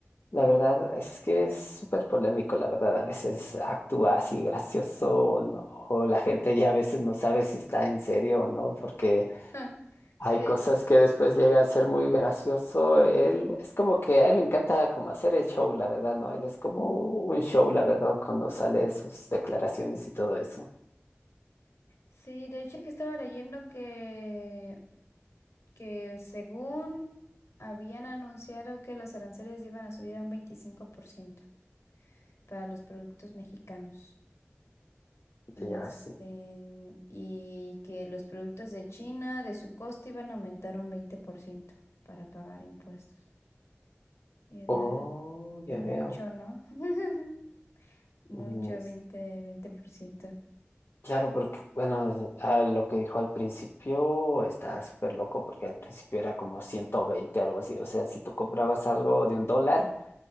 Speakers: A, on the left; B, on the left.
A: la verdad es que es súper polémico, la verdad. A veces actúa así gracioso, o no- o la gente ya a veces no sabe si está en serio o no, porque...
B: <laughs> Sí,
A: Hay
B: de
A: cosas
B: hecho.
A: que después llega a ser muy gracioso. Él es como que a él le encanta como hacer el show, la verdad, ¿no? Él es como un show, la verdad, cuando sale sus declaraciones y todo eso.
B: Sí, de hecho que estaba leyendo que, que según habían anunciado que los aranceles iban a subir a un 25% para los productos mexicanos. Y
A: Ya
B: este,
A: ves,
B: y que los productos de China, de su costo, iban a aumentar un 20% para pagar impuestos. Y era,
A: Oh, ya
B: es
A: veo.
B: mucho, ¿no? <laughs> Mucho,
A: Mm,
B: veinte veinte por ciento.
A: Claro, porque, bueno, a lo que dijo al principio está súper loco porque al principio era como ciento veinte algo así. O sea, si tú comprabas algo de un dólar,